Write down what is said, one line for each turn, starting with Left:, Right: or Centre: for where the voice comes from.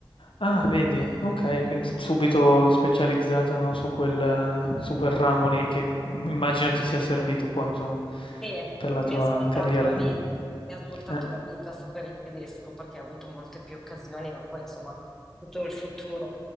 Left: Ah, vedi, okay, quindi subito specializzata, no, su quel su quel ramo lì che, mhmm, immagino ti sia servito poi insomma,
Centre: E
Left: per la
Centre: mi
Left: tua
Centre: ha svoltato
Left: carriera.
Centre: la vita, mi ha svoltato
Left: Eh,
Centre: la vita sapere il tedesco perché ho avuto molte più occasioni, ma poi insomma tutto il futuro.